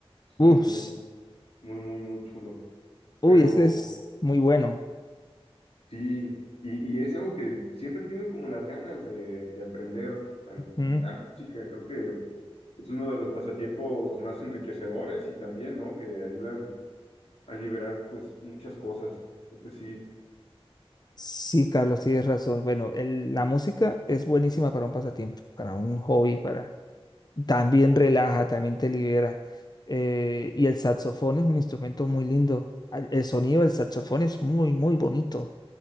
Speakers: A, on the left; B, on the left.
A: es
B: Uf,
A: un instrumento muy, muy, muy chulo.
B: uy,
A: Pero.
B: ese es muy bueno.
A: Sí, y, y es algo que siempre he tenido como las ganas de, de aprender al-
B: Ujú.
A: la música. Creo que es uno de los pasatiempos más enriquecedores y también, ¿no? Que ayudan a liberar, pues, muchas cosas. Creo que sí,
B: Sí, Carlos, tienes razón. Bueno, el- la música es buenísima para un pasatiempo, para un hobby, para también relaja, también te libera. Eh, y el saxofón es un instrumento muy lindo. Al- El sonido del saxofón es muy, muy bonito.